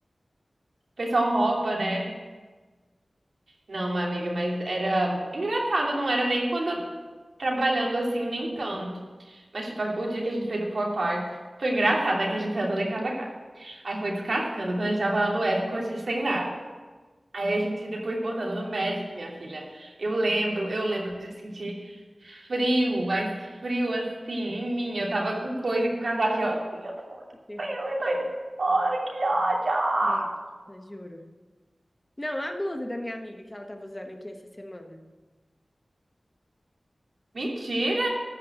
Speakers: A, on the right (about 70°); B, on the left (about 20°).
A: O pessoal rouba, né? Não, minha amiga, mas era engraçado, não era nem quando eu trabalhando assim, nem tanto. Mas tipo, o dia que a gente fez o Four Park foi engraçado, né? Que a gente saiu toda em casa Aí foi descascando. Quando a gente tava lá no Epic, eu tinha sem nada. Aí a gente depois botando no Magic, minha filha. Eu lembro, eu lembro de sentir frio, mas frio assim em mim. Eu tava com coisa, com casaco, e eu assim, eu tô com muito
B: Que terror.
A: frio, eu tô indo embora, que ódio!
B: É, tá, juro. Não, a blusa da minha amiga que ela tava usando aqui essa semana.
A: Mentira!